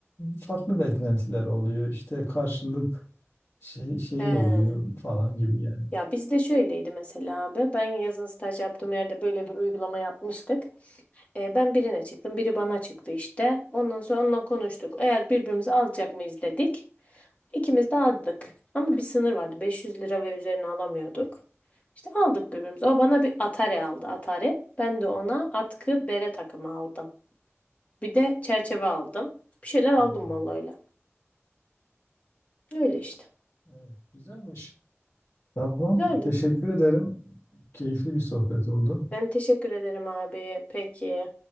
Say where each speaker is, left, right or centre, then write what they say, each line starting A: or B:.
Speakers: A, on the left (about 70°); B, on the left (about 30°).
A: farklı beklentiler oluyor. İşte karşılık şey, şeyi
B: He.
A: oluyor falan gibi yani.
B: Ya bizde şöyleydi mesela abi. Ben yazın staj yaptığım yerde böyle bir uygulama yapmıştık. E, ben birine çıktım, biri bana çıktı işte. Ondan sonra onunla konuştuk. Eğer birbirimizi alacak mıyız dedik. İkimiz de aldık. Ama bir sınır vardı. 500 lira ve üzerine alamıyorduk. İşte aldık birbirimize. O bana bir Atari aldı. Atari. Ben de ona atkı bere takımı aldım. Bir de çerçeve aldım. Bir şeyler aldım
A: Hmm,
B: vallahi öyle. Öyle işte.
A: evet, güzelmiş. Tamam.
B: Güzeldi.
A: Teşekkür ederim. Keyifli bir sohbet oldu.
B: Ben teşekkür ederim abi. Peki.